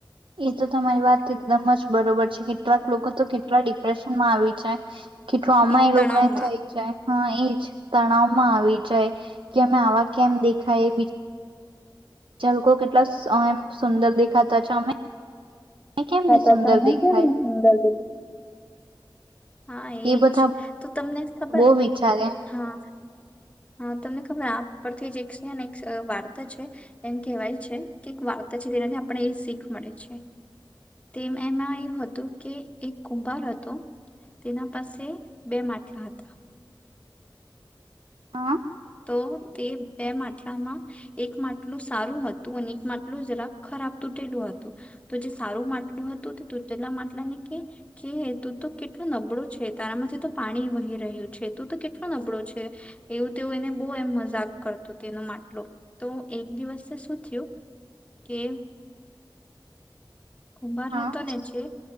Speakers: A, on the right; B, on the left.
A: એ તો તમારી વાત એકદમ જ બરોબર છે કેટલાક લોકો તો કેટલા ડિપ્રેશનમાં આવી જાય. કે ટ્રોમા
B: ચિં
A: એ
B: તણાવમાં
A: લોગને થઈ જાય હા એ તણાવમાં આવી જાય કે અમે આવા કેમ દેખાયે જા લોકો કેટલા શ અ એમ સુંદર દેખાતા છ અમે કેમ
B: છતા
A: ને સુંદર
B: તમે
A: દેખાય
B: કેમ ને સુંદર દી હા એજ
A: એ બધા
B: તો તમને ખબર
A: બહુ વિચારે હ
B: હા. હા તમને ખબર આપ પરથી જેક છે ને એક વાર્તા છે એમ કહેવાય છે કે એક વાર્તા છે જેનાથી આપને એ શીખ મળે છે. તેમ એમાં એવુ હતું કે એક કુંભાર હતો તેના પાસે બે માટલા હતા.
A: હા.
B: તો તે બે માટલામાં એક માટલું સારું હતું અને એક માટલું જરાક ખરાબ તૂટેલું હતું તો જે સારું માટલું હતું તે તૂટેલા માટલા ને કે કે તું તો કેટલું નબળું છે તારામાંથી તો પાણી વહી રહ્યું છે તું તો કેટલું નબળો છે એવું તે એને બહુ એમ મજાક કરતો તેનો માટલૂ તો એક દિવસે શું થયું કે કુંભાર
A: હા
B: હતો ને જે